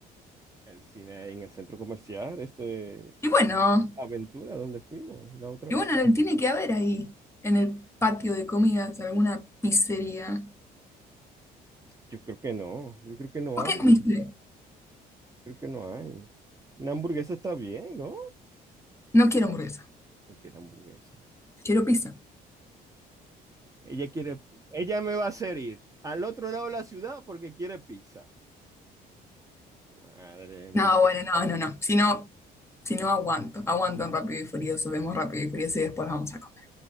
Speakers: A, on the right; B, on the left.
A: el cine en el centro comercial, este
B: Y bueno,
A: Aventura, donde fuimos la otra
B: y
A: vez.
B: bueno, no, tiene que haber ahí, en el patio de comidas, alguna pizzería.
A: Yo creo que no, yo creo que no
B: ¿Vos
A: hay,
B: qué
A: yo
B: comiste?
A: creo que no hay. Una hamburguesa está bien, ¿no?
B: No quiero hamburguesa,
A: No quiere hamburguesa.
B: quiero pizza.
A: Ella quiere pizza. Ella me va a hacer ir al otro lado de la ciudad porque quiere pizza. Madre mía.
B: No, bueno, no, no, no. Si no. Si no, aguanto. Aguanto en Rápido y Furioso. Vemos Rápido y Furioso y después vamos a comer.